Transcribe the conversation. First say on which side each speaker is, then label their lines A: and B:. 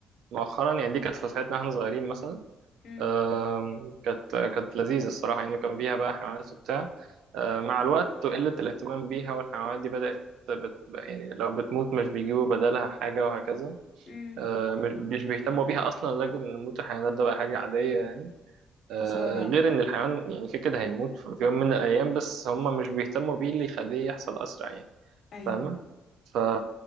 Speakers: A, on the right (about 80°); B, on the left (about 60°).
A: مؤخرا يعني دي كانت فسحتنا واحنا صغيرين مثلا
B: مم.
A: آم، كانت كانت لذيذة الصراحة يعني كان فيها بقى حيوانات وبتاع آم، مع الوقت وقلة الاهتمام بيها والحيوانات دي بدأت بت... يعني لو بتموت مش بيجيبوا بدلها حاجة وهكذا
B: مم.
A: آه، مش مش بيهتموا بيها اصلا لكن موت الحيوانات ده بقى حاجه عاديه يعني آه،
B: يا خسارة
A: غير ان الحيوان يعني كده كده هيموت في في يوم من الايام بس هم مش بيهتموا بيه اللي يخليه يحصل اسرع يعني
B: أيوه
A: فاهمه ف...